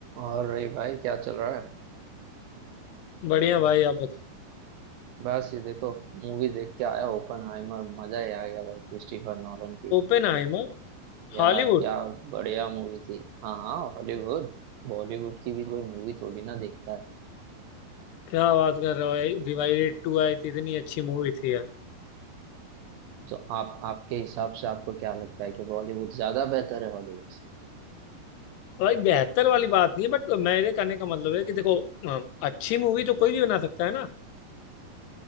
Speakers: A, on the right (about 80°); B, on the left (about 80°).
A: और रही भाई क्या चल रहा है
B: बढ़िया भाई आप बताओ
A: बस ये देखो मूवी देख के आया ओपनहाइमर मजा ही आ गया भाई क्रिस्टोफर नॉलन की
B: ओपेनहाइमर
A: या
B: हॉलीवुड
A: क्या बढ़िया मूवी थी हाँ हाँ हॉलीवुड बॉलीवुड की भी कोई मूवी थोड़ी ना देखता है
B: क्या बात कर रहे हो भाई डिवाइडेड टू आई थी इतनी अच्छी मूवी थी यार
A: तो आप आपके हिसाब से आपको क्या लगता है कि बॉलीवुड ज्यादा बेहतर है हॉलीवुड से
B: भाई बेहतर वाली बात नहीं है बट मेरे कहने का मतलब है कि देखो अम, अच्छी मूवी तो कोई भी बना सकता है ना